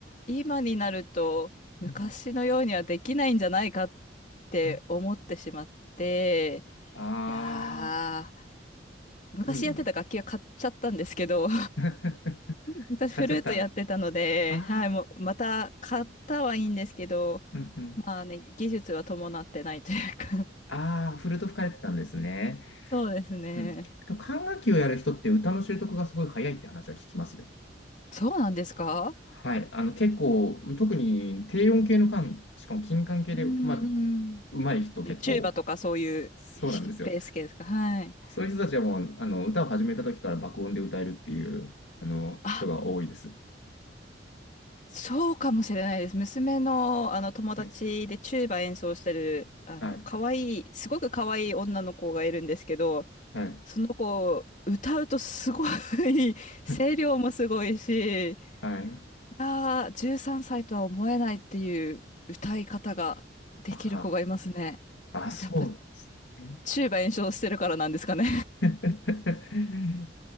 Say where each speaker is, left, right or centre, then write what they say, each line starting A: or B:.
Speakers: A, on the left; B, on the left.
A: 今になると昔のようにはできないんじゃないかっ
B: うんうん
A: て思ってしまって、
B: うんああ
A: いやー、昔やってた楽器は買っちゃったんですけど、
B: ー、うん。<laughs>
A: 昔フルートやってたので、
B: 買っちゃった。ああ、
A: はい、もうまた買ったはいいんですけど、
B: うんうん。
A: まあね、技術は伴ってないというか
B: ああ、フルとト吹かれてたんですね。
A: <laughs> そうですね。
B: うん。でも管楽器をやる人って歌の習得がすごい早いって話は聞きますよ。
A: そうなんですか
B: はい。あの、結構、特に低音系の管、しかも金管系で、
A: うんうんうん。
B: まあ、上手い人結構、
A: でチューバとかそういう
B: そそうなんですよ。
A: ベース系ですかはい。
B: そういう人たちはもう、あの、歌を始めた時から爆音で歌えるっていう、あの、
A: あ、
B: 人が多いです。
A: そうかもしれないです。娘のあの友達でチューバ演奏してる、
B: ね。
A: あの、
B: はい。
A: 可愛い、すごく可愛い女の子がいるんですけど、
B: はい。
A: その子、歌うとすごい <laughs> 声量もすごいし、
B: <laughs>
A: い
B: はい。
A: やー、13歳とは思えないっていう歌い方ができる子がいますね。
B: ああ、あそうなんですね。
A: やっぱ、チューバ演奏してるからなんですかね。
B: <laughs>